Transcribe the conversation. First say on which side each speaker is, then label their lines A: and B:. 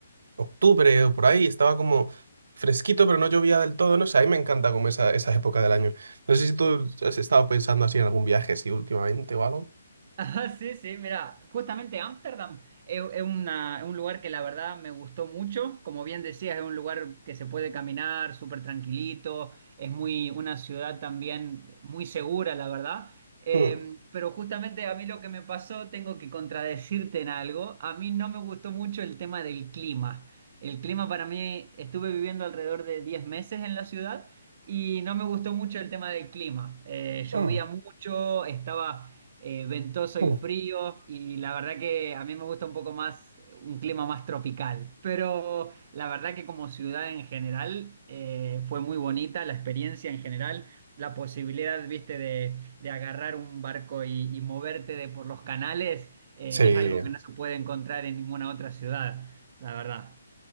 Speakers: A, on the right; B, on the right.
A: octubre o por ahí, estaba como fresquito, pero no llovía del todo. No sé, a mí me encanta como esa, esa época del año. No sé si tú has estado pensando así en algún viaje, sí, últimamente o algo.
B: Ajá, sí, sí, mira, justamente Ámsterdam es, es una- es un lugar que la verdad me gustó mucho. Como bien decías, es un lugar que se puede caminar súper tranquilito, es muy, una ciudad también muy segura, la verdad. Eh,
A: Mm.
B: pero justamente a mí lo que me pasó, tengo que contradecirte en algo. A mí no me gustó mucho el tema del clima. El clima para mí, estuve viviendo alrededor de 10 meses en la ciudad y no me gustó mucho el tema del clima. Eh, llovía
A: Mm.
B: mucho, estaba eh, ventoso
A: Mm.
B: y frío, y la verdad que a mí me gusta un poco más, un clima más tropical, pero la verdad que como ciudad en general eh, fue muy bonita la experiencia en general, la posibilidad, viste, de, de agarrar un barco y, y moverte de por los canales, eh,
A: Sí,
B: es algo que no se puede encontrar en ninguna otra ciudad, la verdad.